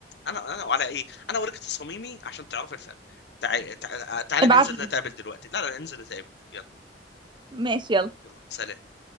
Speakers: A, on the left (about 65°); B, on the right (about 25°).
A: انا انا وعلى ايه انا اوريك تصاميمي عشان تعرف الفرق تعالي تعالي
B: ابعت
A: ننزل
B: لي
A: نتقابل دلوقتي لا لا ننزل نتقابل يلا
B: ماشي يلا
A: يلا سلام